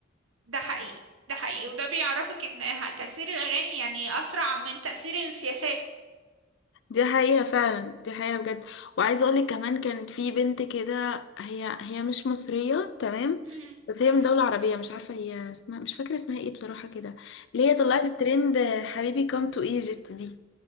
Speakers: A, on the right (about 90°); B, on the left (about 65°).
A: ده حقيقي ده حقيقي وده بيعرفك ان ه- تأثير الأغاني يعني أسرع من تأثير السياسات
B: دي حقيقة فعلا دي حقيقة بجد وعايزة اقولك كمان كانت في بنت كده هي هي مش مصرية تمام
A: مم،
B: بس هي
A: مم،
B: من دولة عربية مش عارفة هي اسمها مش فاكرة اسمها ايه بصراحة كده اللي هي طلعت
A: مم،
B: الترند حبيبي كام تو ايجيبت دي